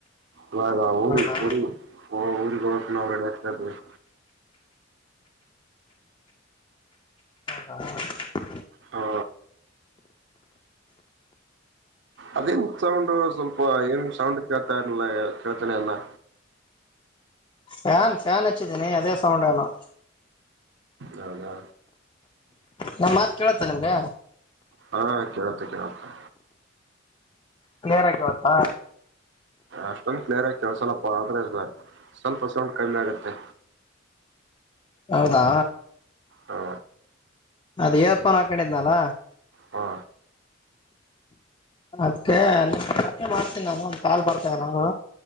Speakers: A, on the right; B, on the left.
A: ಇವಾಗ ಊರಿ
B: ಹೌದಾ
A: ಊ ಹ ಹ ಊರಿಗೀನ ಅವರೆ <unintelligible>
B: ಹಾ
A: ಹಾ ಅದೇನ್ಕ್ ಸೌಂಡ್ ಸ್ವಲ್ಪ ಏನ್ ಸೌಂಡ್ ಕೇಳ್ತಾ ಇರ್ಲಿಲ್ಲ ಕೇಳ್ತಾನೆ ಇಲ್ಲಾ.
B: ಫ್ಯಾನ್ ಫ್ಯಾನ್ ಹಚ್ಚಿದ್ದೀನಿ ಅದೇ ಸೌಂಡೇನೊ.
A: ಹೌದಾ
B: ಸ ಮಾತ್ ಕೇಳತ್ತ ನಿಮ್ಗ.
A: ಹಾ ಕೇೇಳುತ್ತೆ ಕೇಳುತ್ತೆ.
B: ಕ್ಲಿಯರ್ ಆಗ್ ಕೇಳತ್ತಾ?
A: ಅಷ್ಟೊಂದ್ ಕ್ಲಿಯರ್ ಆಗ್ ಕೆೇಳಸಲ್ಲಪ್ಪ ಆದ್ರೆ ಸ್ವಲ್ಪ ಸೌಂಡ್ ಕಮ್ಮಿ ಆಗತ್ತೆ.
B: ಹೌದಾ
A: ಹಾ
B: ಅದು ಏರ್ಫೋನ್ ಹಾಕೊಂಡಿದ್ನಲ್ಲ
A: ಹಾ
B: ಅದಕ್ಕೆ ಅಲ್ಲಿ ಪ್ರಚ ಮಾಡ್ತೀನಿ ನಾನು ಒಂದು ಕಾಲ್ ಬರ್ತೇವ ನಂಗೂ